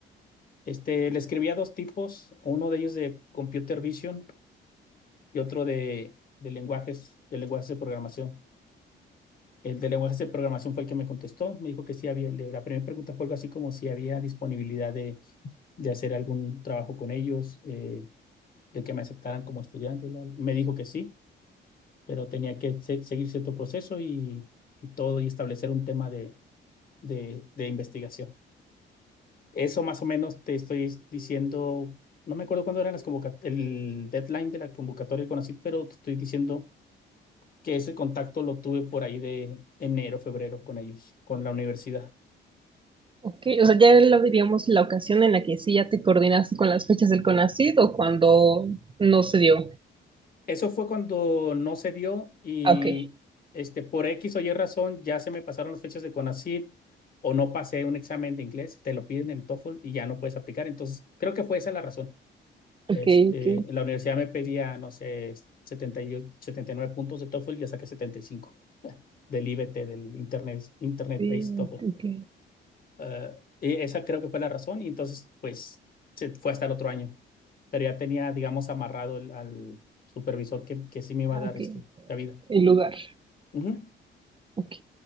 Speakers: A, on the left; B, on the right.
A: Este, le escribí a dos tipos, uno de ellos de computer vision y otro de, de lenguajes, de lenguajes de programación. El de lenguajes de programación fue el que me contestó, me dijo que sí había, el de la primera pregunta fue algo así como si había disponibilidad de, de hacer algún trabajo con ellos, eh, de que me aceptaran como estudiante. bla, bla. Me dijo que sí, pero tenía que se- seguir cierto proceso y, y todo y establecer un tema de, de de investigación. Eso más o menos te estoy diciendo, no me acuerdo cuándo era las convoca- el deadline de la convocatoria con ACID, pero te estoy diciendo que ese contacto lo tuve por ahí de enero, febrero con ellos, con la universidad.
B: Ok, o sea, ya lo diríamos la ocasión en la que sí ya te coordinaste con las fechas del CONACYT o cuando no se dio.
A: Eso fue cuando no se dio y
B: Ah, ok,
A: este, por X o Y razón ya se me pasaron las fechas de CONACYT o no pasé un examen de inglés, te lo piden en el TOEFL y ya no puedes aplicar. Entonces, creo que fue esa la razón. Este,
B: ok, ok,
A: en la universidad me pedía, no sé, setenta setenta y ocho, setenta y nueve puntos de TOEFL y ya saqué 75 <laughs> del I B T del Internet, Internet
B: sí,
A: Based TOEFL.
B: ok,
A: Eh, y esa creo que fue la razón y entonces, pues, se fue hasta el otro año. Pero ya tenía, digamos, amarrado el- al supervisor que, que sí me iba
B: ah,
A: a dar
B: ok,
A: este, la vida.
B: el lugar.
A: Ujú.
B: Ok.